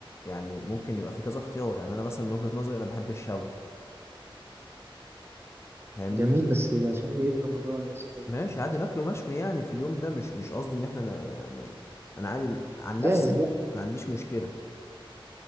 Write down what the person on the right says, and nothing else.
جميل بس عشان ايه في رمضان يا اسطى ده
جاهز
بقى